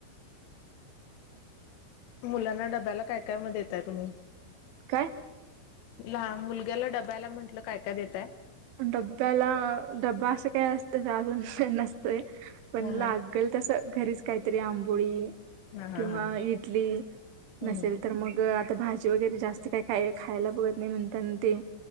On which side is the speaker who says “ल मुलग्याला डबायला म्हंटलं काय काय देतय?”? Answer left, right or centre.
Left